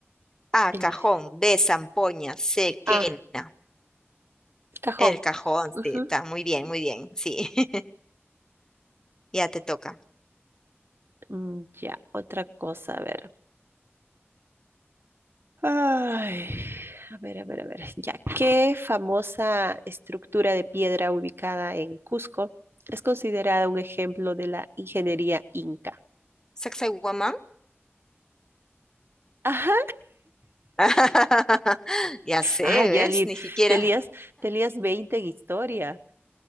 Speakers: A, on the left (about 15°); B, on the right (about 60°).
A: A,
B: el-
A: cajón, B, zampoña, C,
B: Ah,
A: quena.
B: Cajón.
A: El cajón,
B: Ujú.
A: sí, está muy bien, muy bien, sí. <laughs> Ya te toca.
B: Mm, Ya, otra cosa, a ver. Ay, a ver, a ver, a ver. Ya, ¿qué famosa estructura de piedra ubicada en Cusco es considerada un ejemplo de la ingeniería inca?
A: Sacsayhuamán.
B: Ajá.
A: <laughs> Ya sé,
B: Ah, ya,
A: ¿ves?
B: Lid,
A: Ni siquiera.
B: te lías, te lías 20 en historia.